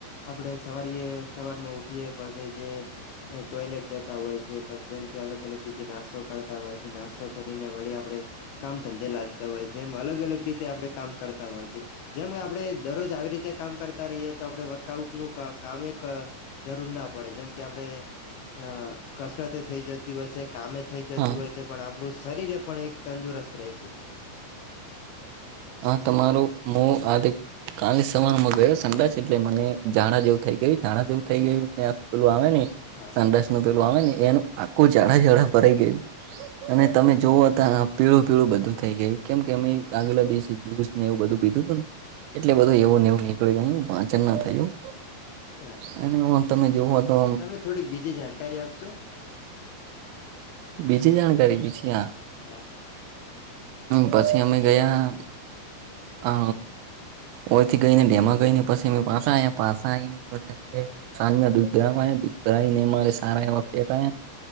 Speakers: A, on the left; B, on the right.
A: આપડે સવારીએ સવારમાં ઉઠીએ પછ જે. એ ટોયલેટ જતા હોય છે પછ જેમ. અલગ અલગ રીતે નાસ્તો કરતા હોય છે નાસ્તો કરીને વળી આપડણે કામ. સંધે લાગતા હોય છે એમ અલગ અલગ રીતે આપણે કામ કરતા હોય છે જેમ આપણે દરરોજ આવી રીતે. કામ કરતા રહીએ તો આપડે વર્કઆઉટ નું કા કામે જરૂર ના પડે જેમ કે આપણે અ કસરત એ થઈ જતી હોય છે, કામે થઈ જતું
B: હા
A: હોય છે પણ આપણું શરીર પણ એક તંદુરસ્ત રે છે.
B: આ તમારું મો આદિક કાલે સવારમાં ગયો સંડાસ એટલે મને જાણા જેવું થઈ ગયું જાણા જેવું થઈ ગયું પેલું આવે ને
A: હા
B: સંડસ નું પેલું આવે ને એનું આખું જાડા જાડા ભરાઈ ગયું અને
A: હા
B: તમે જોવઓ હતા પીળું પીળું બધું થઈ ગયું કેમ કે અમે આગલા
A: હા
B: દિવસે જ્યુસ ને એવું બધું પીધું તું ન એટલે બધું એવું નેવું નીકળી યુ પાચન ના થયું
A: હા
B: અને હ તમે જોવ તો
A: તમે થોડીક બીજી જાણકારી આપશો
B: બીજી જાણકારી બીજી હા
A: હા.
B: પછી અમે ગયા અ ઓથી ગઈને ડેમાં ગઈને પછી પાછા આયા પાછા આઈને પછે સાંજના દૂધ <unintelligible> <unintelligible> ને મારે સારા એવા ફેટાયા